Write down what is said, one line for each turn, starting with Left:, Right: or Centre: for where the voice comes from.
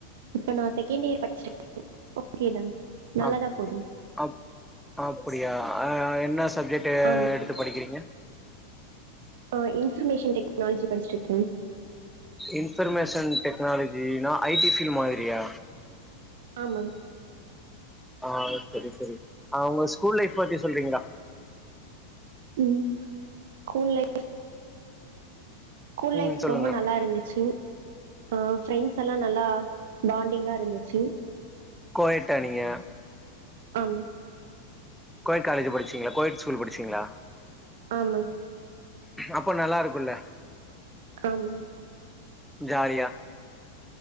Right: இப்ப நா செகண்ட் இயர் படிச்சுட்ருக்கே ஓகேதா நல்லாதா
Centre: அப்
Right: போது
Centre: அப் அப்டியா ஆ என்ன சப்ஜெட்டு
Right: ஆம்
Centre: எடுத்து படிக்கிறீங்க
Right: ஆ இன்ஃபர்மேஷன் டெக்னாலஜி படிச்ட்டுருக்க
Centre: இன்ஃபர்மேஷன் டெக்னாலஜினா ஐ டி ஃபீல் மாதிரியா
Right: ஆமாங்
Centre: ஆ செரி செரி ஆ உங்க ஸ்கூல் லைஃப் பத்தி சொல்றீங்களா
Right: ம் ஸ்கூல் ஃலை ஸ்கூல்
Centre: ம்
Right: லைஃப்
Centre: சொல்லுங்க
Right: ரொம்ப நல்லா இருந்துச்சு ஆ ஃப்ரெண்ட்ஸ் எல்லா நல்லா பாண்டிங்கா இருந்துச்சு
Centre: கோயட்ட நீங்க
Right: ஆமா
Centre: கோயட் காலேஜ்ல படிச்சீங்ளா கோயட் ஸ்கூல் படிச்சீங்ளா
Right: ஆமாங்
Centre: அப்ப நல்லாருக்குல்ல
Right: ஆமாங்
Centre: ஜாரியா